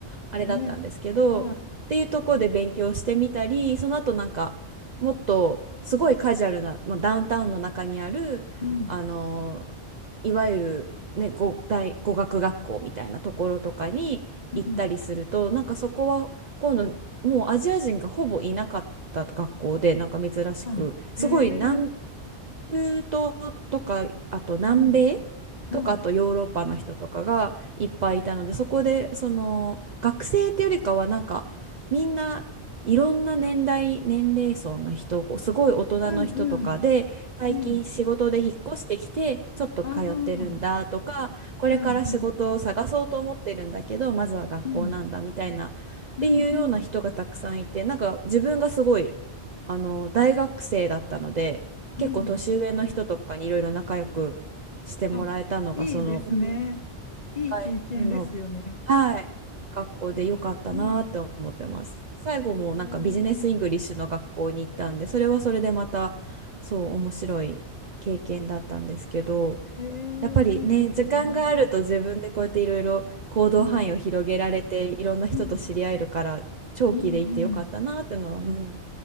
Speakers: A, on the right; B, on the left.
A: あれだったんですけどっていうところで勉強してみたりその後なんかもっとすごいカジュアルな、
B: ね、は
A: まあ、ダウンタウンの中にあるあのー
B: い、うん、
A: いわゆる、ね、語大語学学校みたいなところとかに行ったりするとなんかそこは今度もうアジア人がほぼいなかった学校でなんか珍しくすごい南
B: うん、はい、ええ
A: 中東とか、あと南米とか、
B: うん、うん、
A: あとヨーロッパの人とかがいっぱいいたので、そこで、その、学生っていうよりかは、なんか、みんないろんな年代、年齢層の人、こうすごい大人の人とかで、
B: うん、うん、
A: 最近仕事で引っ越してきて、
B: うん、
A: ちょっと通ってるんだとか、
B: ああ、うん、
A: これから仕事を探そうと思ってるんだけど、
B: うん、
A: まずは学校なんだみたいな、
B: うん、
A: っていうような人がたくさんいて、
B: うん、うん、
A: なんか自分がすごい、あの、大学生だったので、
B: うん、
A: 結構年上の人とかにいろいろ仲良くしてもらえたのがそのうん1
B: あ、いいですね。いい経験ですよね。
A: 回目の、はい、学校で良かったなって思ってます。
B: うん、
A: 最後もなんかビジネスイングリッシュの学校に行ったんで、
B: え
A: それはそれでまたそう面白い経験だったんですけど、
B: ええ
A: やっぱりね、
B: えいいですね。
A: 時間があると自分でこうやっていろいろ行動範囲を広げられて、
B: うん、
A: いろんな人と知り合えるから、
B: うん。
A: 長期で行ってよかったなってのは、
B: うんうん。
A: うん、